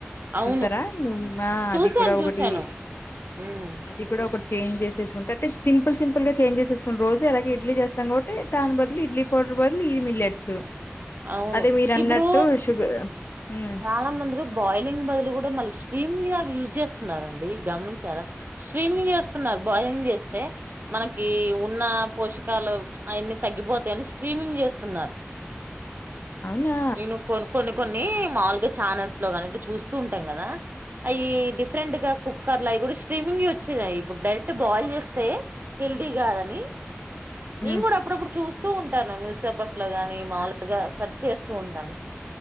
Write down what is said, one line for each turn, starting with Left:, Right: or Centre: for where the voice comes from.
Right: అవును
Left: చూసారా ను మా
Right: చూసాను
Left: అది కూడా ఒకటి
Right: చూసాను హ్మ్
Left: అది కూడా ఒకట్ చేంజ్ జెసేసుకుంటట్టు సింపుల్ సింపుల్ గా చేంజ్ జెసేసుకుంట రోజ అలాగే ఇడ్లీ జెస్తాం. కాబట్టి దాని బాదలు ఇలీ కోటి రూపాయలుది ఈ మిల్లెట్స్
Right: అవును
Left: అదే మీరు అన్నట్టు
Right: ఇప్పుడూ
Left: షుగర్ ఉమ్
Right: చాలా మంద్రు బాయిలింగ్ బదులు గూడా మల్లిస్ స్ట్రీమింగ్ కు యూజ్ జేస్తున్నారండి. గమనించారా స్ట్రీమింగ్ జేస్తున్నారు. బాయిలింగ్ జెస్తే మనకి ఉన్న పోషకాలు అవన్ని తగ్గిపోతాయని స్ట్రీమింగ్ చేస్తున్నారు.
Left: అవునా
Right: నెను కొనుక్కొని కొన్ని మాములుగా ఛానల్స్ లో గానటు చూస్తూ ఉంటాం కదా. అవి డిఫరెంట్ గా కుక్కర్ లా ఇప్పుడ్ స్ట్రీమింగె వచ్చినాయి. ఇప్పుడ్ డైరెక్ట్ బాయిల్ జెస్తే హెల్ది గాదని
Left: హ్మ్
Right: నేను గూడా అప్పుడప్పుడు చూస్తూ ఉంటాను. న్యూస్ పేపర్స్ లో గాని మాముూలుగా సర్చ్ జెస్తూ ఉంటాను.